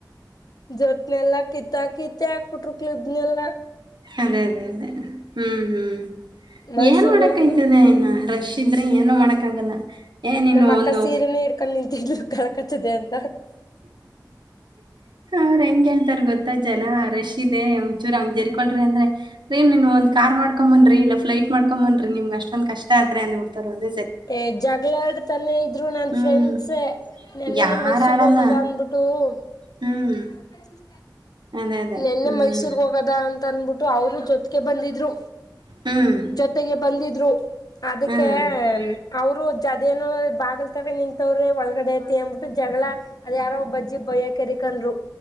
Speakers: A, on the left (about 60°); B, on the right (about 85°).
A: ಜೋತ್ನೆಲ್ಲ ಕಿತ್ತಕ್ ಕಿತ್ಕಕ. ಕೊಟ್ರುಕ್ದ ಎದ್ದಲ.
B: ಅದೇ ಅದೇ ಅದೇ ಹ್ಮ್ ಹ್ಮ್. ಹ್ಮ್.
A: ಮೈಸೂರ್ಗ್
B: ಏನ್ ಮಾಡಕಾಯ್ತದೇ
A: ಹೋಗ
B: ಇನ್ನ ರಷ್. ಿದ್ರೆ ಏನು ಮಾಡಕ್ಕಾಗಲ್ಲ. ಏ ನೀನು
A: ನಮ್ಮ ಅಕ್ಕ
B: ಒಂದು
A: ಸೀರೆನೆ ಇಡ್ಕೊಂಡ್ ನಿಂತಿದ್ಲು ಕಲ್. ಕಚ್ಚಿದೆ ಅಂತ.
B: ಅವ್ರ ಹೆಂಗ್ ಕೇಳ್ತಾರ ಗೊತ್ತ ಜನ ರಶ್ ಇದೆ ಚೂರ್ ಹಂಗ ಜರ್ಕೊಳಿ ಅಂದ್ರ ರೀ ನೀನ್ ಒಂದ ಕಾರ್ ಮಾಡ್ಕೊಂಡ ಬನ್ರಿ ಇಲ್ಲ ಫ್ಲೈಟ್ ಮಾಡ್ಕೊಂಡ್ ಬನ್ರಿ ನಿಮ್ಗೆ ಅಷ್ಟೊಂದ್ ಕಷ್ಟ ಆದ್ರೆ ಅಂದ್ ಬಿಡ್ತಾರ್ ಒಂದ್.
A: ಏ ಜಗಳಾಡತಾನೆ ಇದ್ರು ನನ್
B: ಹ್ಮ್
A: ಫ್ರೆಂಡ್ಸ ನೆನ್ನೆ
B: ಯಾರ
A: ನೆ ಮೈಸೂರ್ಗ್
B: ಆಡಲ್ಲ
A: ಹೋಗದ ಅಂದಬಿಟ್ಟು.
B: ಹ್ಮ್
A: <inaudible>
B: ಅದೇ ಅದೇ
A: ನೆನ್ನೆ
B: ಹ್ಮ್
A: ಮೈಸೂರ್ ಹೋಗದ ಅಂತ ಅನ್ಬಿಟ್ಟು ಅವರು ಜೊತೆಗೆ ಬಂದಿದ್ರು.
B: ಹ್ಮ್
A: ಜೊತೆಗೆ ಬಂದಿದ್ರು. ಅದಕ್ಕೆ
B: ಹ್ಮ್
A: ಅವರು. ಅದೇನ ಬಾಗಲ್ತಗ ನಿಂತವ್ರೆ ಒಳಗಡೆ ಐತಿ ಅಂದಬಿಟ್ಟು ಜಗಳ. ಅದ ಯಾರೋ ಬಜ್ಜಿ ಬಯ್ಯ ಕೆರಿಕನ್ರು